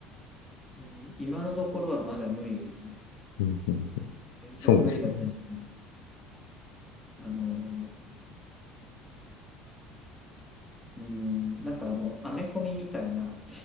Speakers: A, in the centre; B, on the left (about 80°).
A: うん今のところはまだ無理ですね。
B: うんうん、
A: 全然無理だと思う。
B: そうですね。
A: あの、うん、なんかあの、アメコミみたいな、